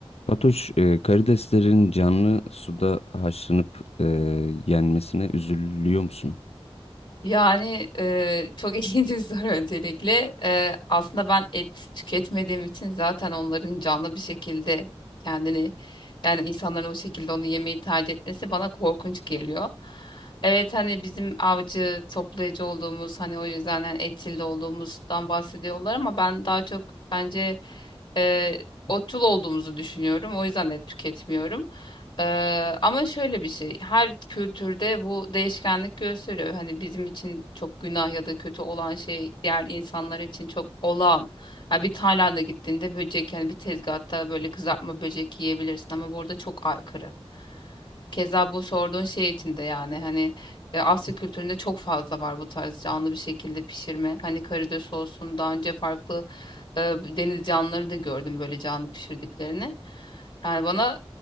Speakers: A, on the left; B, on the left.
A: Fatoş, e, karideslerin canlı suda haşlanıp e, yenmesine üzülüyor musun?
B: Yani eee, çok <laughs> ilginç bir soru öncelikle. Eee, aslında ben et tüketmediğim için zaten onların canlı bir şekilde kendini yani insanların o şekilde onu yemeyi tercih etmesi bana korkunç geliyor. Evet hani bizim avcı toplayıcı olduğumuz hani o yüzden hani etçil de olduğumuzdan bahsediyorlar ama ben daha çok bence eee otçul olduğumuzu düşünüyorum. O yüzden et tüketmiyorum. Eee, ama şöyle bir şey, her kültürde bu değişkenlik gösteriyor. Hani bizim için çok günah ya da kötü olan şey diğer insanlar için çok olağan. Ha bir Tayland'a gittiğinde böcek yani bir tezgahta böyle kızartma böcek yiyebilirsin ama burada çok aykırı. Keza bu sorduğun şey için de yani hani e, Asya kültüründe çok fazla var bu tarz canlı bir şekilde pişirme. Hani karides olsun daha önce farklı e, deniz canlıları da gördüm böyle canlı pişirdiklerini. Yani bana